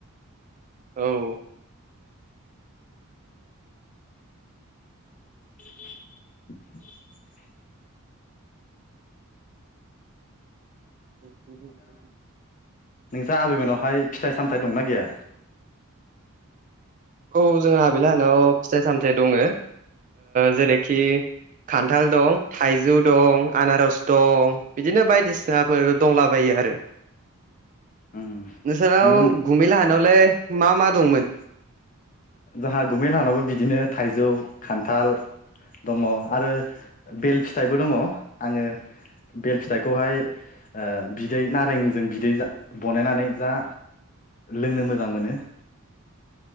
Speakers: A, on the right; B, on the left.
A: औ
B: <inaudible>
A: <unintelligible>
B: दा आबैमोनावहाय फिथाइ सामथाय दंना गैया
A: औ जोंहा आबैलाहानाव फिथाइ सामथाइ दङ जेरैखि खान्थाल दं थाइजौ दं आनारस दं बिदिनो बायदिसिनाफोर दंलाबायो दे आरो
B: उम
A: नोंसोरनाव
B: नोङो
A: गुमैलाहानाव नावलाय मा मा दंमोन
B: जाहा गुमैलाहानावबो बिदिनो थाइजौ खान्थाल दङ आरो बेल फिथाइबो दङ आंङो बेल फिथाइखौहाय बिदै नारेंजों बिदै बानायनानै जा लोंनो मोजां मोनो